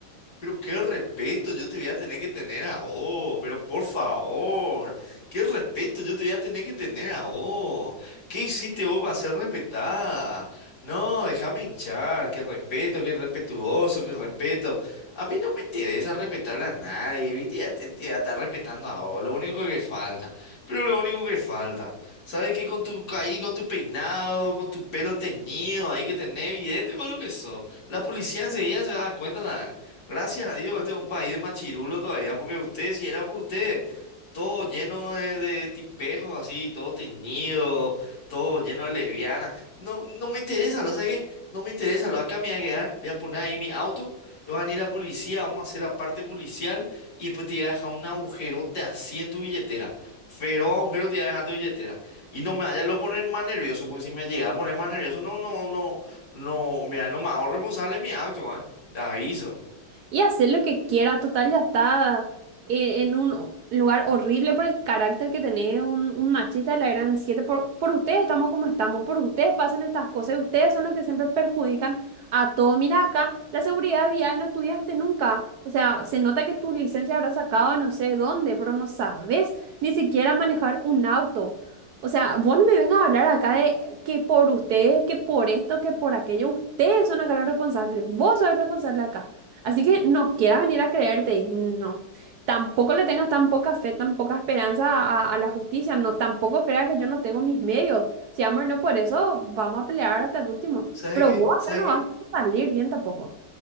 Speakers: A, on the left (about 60°); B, on the right (about 70°).
A: Pero qué respeto yo te voy a tener que tener a vos, pero por favor, qué respeto yo te voy a tener que tener a vos. ¿Qué hiciste vos para ser respetada? No, déjame hinchar, qué respeto, qué respetuoso, qué respeto. A mí no me interesa respetarle a nadie, ¿viste? Ya te, te voy a estar respetando a vos, lo único que falta. Pero lo único que falta, ¿sabes qué? Con tu ahí, con tu peinado, con tu pelo teñido, ahí que tenés evidente con lo que sos. La policía enseguida se da cuenta, Gracias a Dios, este es un país de chirulo todavía, porque usted, si era por usted, todo lleno de, de tipejos así, todo teñido, todo lleno de lesbianas. No, no me interesa, lo sabes que no me interesa, lo acá me voy a quedar, voy a poner ahí mi auto, y van a ir la policía, vamos a hacer la parte policial, y después te voy a dejar un agujerote así en tu billetera. Feroz agujero te voy a dejar en tu billetera. Y no me vaya a lo poner más nervioso, porque si me llega a poner más nervioso, no, no, no, no, mira, no me hago responsable de mi acto, ¿eh? Te aviso.
B: y hacer lo que quiera. Total, ya está eh, en un lugar horrible por el carácter que tenés, un, un machista de la gran siete. Por, por ustedes estamos como estamos, por ustedes pasan estas cosas y ustedes son los que siempre perjudican a todo. Mira acá, la seguridad vial no estudiaste nunca. O sea, se nota que tu licencia habrá sacado no sé dónde, pero no sabes ni siquiera manejar un auto. O sea, vos no me vengas a hablar acá de que por ustedes, que por esto, que por aquello, ustedes son acá los responsables, vos sos el responsable acá. Así que no quiera venir a creerte, no. Tampoco le tengas tan poca fe, tan poca esperanza a, a la justicia, no. Tampoco crea que yo no tengo mis medios. Si amor, no por eso vamos a pelear hasta el último.
A: ¿Sabe
B: Pero
A: qué?
B: vos
A: ¿Sabe
B: acá no
A: qué?
B: vas a salir bien tampoco.